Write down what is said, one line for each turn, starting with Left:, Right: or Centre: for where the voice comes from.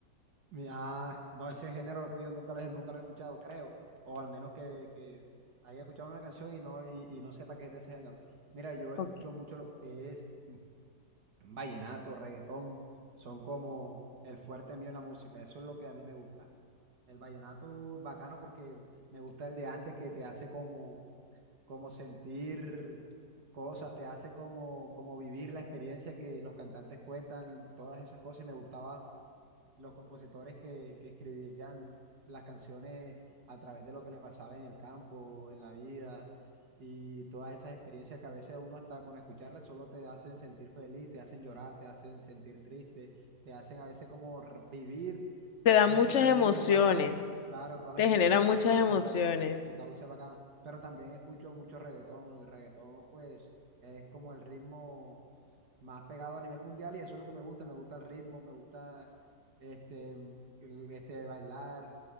Right: Mi- Ah, no, ese género tuyo nunca lo, he- nunca lo he escuchado, creo. O al menos que, que haya escuchado una canción y no, y, y no sepa que es de ese género. Mira, yo
Left: Ok.
Right: escucho mucho lo que es vallenato, reggaetón, son como el fuerte mío en la música. Eso es lo que a mí me gusta. El vallenato bacano porque me gusta el de antes que te hace como como sentir cosas, te hace como, como vivir la experiencia que los cantantes cuentan, todas esas cosas, y me gustaba los compositores que, que escribían las canciones a través de lo que le pasaba en el campo, en la vida, y todas esas experiencias que a veces uno hasta con escucharlas solo te hacen sentir feliz, te hacen llorar, te hacen sentir triste, te hacen a veces como r- vivir
Left: Te da
Right: eso
Left: muchas
Right: que a
Left: emociones,
Right: ellos les pasó, claro, todas
Left: te
Right: las emociones
Left: genera muchas
Right: que causa,
Left: emociones.
Right: que causa el bacano, pero también escucho mucho reggaetón, el reggaetón pues es como el ritmo más pegado a nivel mundial y eso es lo que me gusta, me gusta el ritmo, me gusta este, el- este bailar,